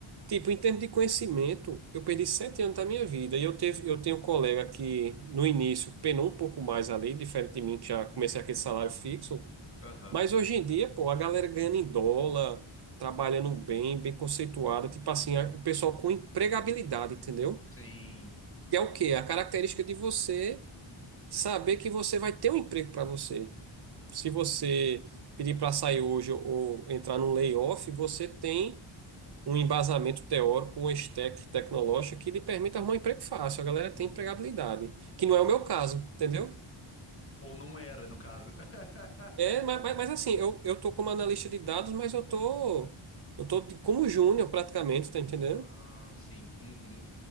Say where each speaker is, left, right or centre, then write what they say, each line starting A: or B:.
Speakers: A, on the right (about 50°); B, on the left (about 25°).
A: tipo, em termos de conhecimento, eu perdi sete anos da minha vida e eu teve, eu tenho um colega que no início penou um pouco mais ali, diferente de mim, que já comecei aquele salário fixo.
B: aham,
A: Mas hoje em dia, pô, a galera ganhando em dólar, trabalhando bem, bem conceituada, tipo assim, a- o pessoal com empregabilidade, entendeu?
B: sim,
A: Que é o quê? A característica de você saber que você vai ter um emprego para você. Se você pedir para sair hoje ou entrar num layoff, você tem um embasamento teórico, um stack tecnológico que lhe permite arrumar um emprego fácil. A galera
B: uhum.
A: tem empregabilidade, que não é o meu caso, entendeu?
B: Ou não era, no caso. <laughs>
A: É, mas, mas, mas assim, eu, eu tô como analista de dados, mas eu tô, eu tô de- como júnior praticamente, tá entendendo?
B: Ah, sim, uhum.